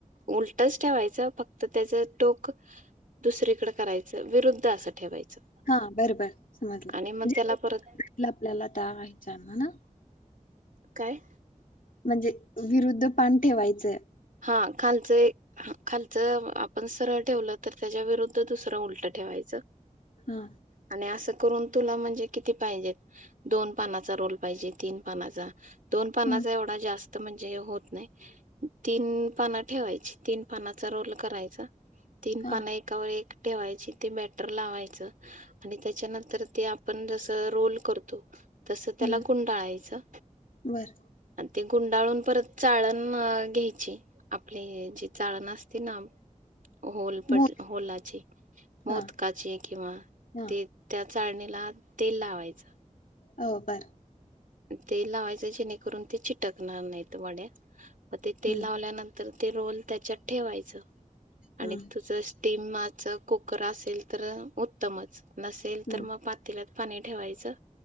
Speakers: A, on the right; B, on the left.
A: उलटच ठेवायचं फक्त. तर त्याच टोकदुसरीकडे करायचं विरुध्द असं ठेवायचं.
B: हा बरं बर समजलं
A: आणि मग
B: जे
A: त्याला परत
B: आपल्याला त्या दाबायच्या ना.
A: काय?
B: म्हणजे विरुद्ध पान ठेवायचं
A: हा खालचं. ह खालचं आपण सरळ ठेवलं तर त्याच्या विरुद्ध दुसरं उलट ठेवायचं.
B: हा.
A: आणिअस करुन तुला म्हणजे किती पाहिजेत. दोन पानाचा रोल पाहिजे तीन पानाचा. दोन पाणाचाएवढा
B: हम्म
A: जास्त म्हणजे होत नाही. तीन पान ठेवायची तीन पानाचा रोल करायचा तीन
B: हा
A: पान एका वर एक. ठेवायची ते बॅटर लावायचं. आणि त्याच्यानंतर ते आपण जस रोल करतो. तसं त्याला
B: हम्म
A: गुंडाळायचं.
B: बर
A: ते गुंडाळून परत चाळण घ्याय. जे आपली जी चाळण आसतेना. होल पट
B: मो
A: होलाचे मोदकाचे
B: हा
A: किंवा
B: हा
A: ते त्या चाळणीला तेल लावायचं.
B: हो बर.
A: तेल लावायचं जेणेकरून ते चिटकणार नाहीत वड्या म ते तेल
B: हम्म
A: लावल्यानंतर ते रोल त्याच्यात ठेवायचं
B: हा
A: आणि तुझ स्टीमच कुकर असेल तर उत्तमच नसेल
B: हम्म
A: तर मग प तेलात पाणी ठेवायचं.